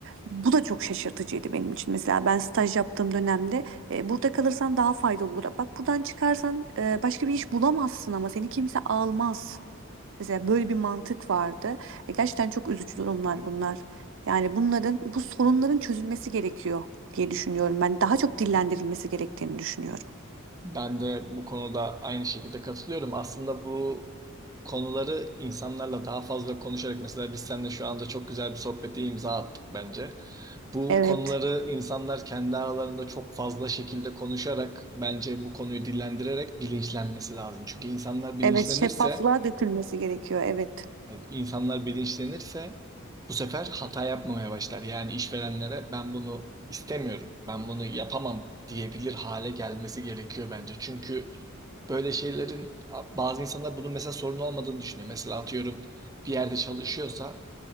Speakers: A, on the right; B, on the right.
A: Bu da çok şaşırtıcıydı benim için. Mesela ben staj yaptığım dönemde e, burada kalırsan daha faydalı olur. Bak buradan çıkarsan e, başka bir iş bulamazsın ama seni kimse almaz. Mesela böyle bir mantık vardı. E, gerçekten çok üzücü durumlar bunlar. Yani bunların, bu sorunların çözülmesi gerekiyor diye düşünüyorum. Ben daha çok dillendirilmesi gerektiğini düşünüyorum.
B: Ben de bu konuda aynı şekilde katılıyorum. Aslında bu konuları insanlarla daha fazla konuşarak mesela biz seninle şu anda çok güzel bir sohbete imza attık bence. Bu
A: Evet.
B: konuları insanlar kendi aralarında çok fazla şekilde konuşarak bence bu konuyu dillendirerek bilinçlenmesi lazım. Çünkü insanlar bilinçlenirse
A: Evet, şeffaflığa dökülmesi gerekiyor. Evet.
B: Evet, insanlar bilinçlenirse bu sefer hata yapmamaya başlar. Yani işverenlere ben bunu istemiyorum, ben bunu yapamam diyebilir hale gelmesi gerekiyor bence. Çünkü böyle şeylerin bazı insanlar bunun mesela sorun olmadığını düşünüyor. Mesela atıyorum bir yerde çalışıyorsa